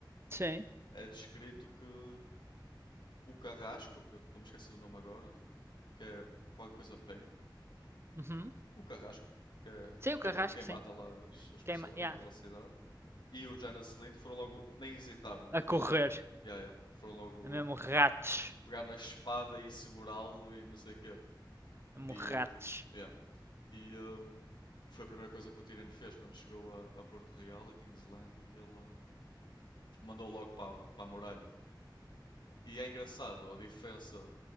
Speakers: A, on the right; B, on the left.
A: Sim.
B: É descrito que o Carrasco, que eu estou-me a esquecer do nome agora, que é o qualquer coisa Pain,
A: Uhum.
B: o Carrasco, que é
A: Sim, o
B: quem,
A: carrasco,
B: quem mata
A: sim.
B: lá as, as pessoas
A: Queima, yeah.
B: naquela cidade, e o Janet Lind foram logo, nem hesitaram,
A: A
B: foram
A: correr.
B: logo, yeah, yeah, foram logo
A: É mesmo ratos.
B: pegar na espada e segurá-lo e não sei o quê.
A: É mesmo
B: E,
A: ratos.
B: eh, yeah. E, hum, foi a primeira coisa que o Tyrion fez quando chegou a, a Porto Real, a King's Landing. Ele, hum, mandou logo para, para a muralha. E é engraçado, a diferença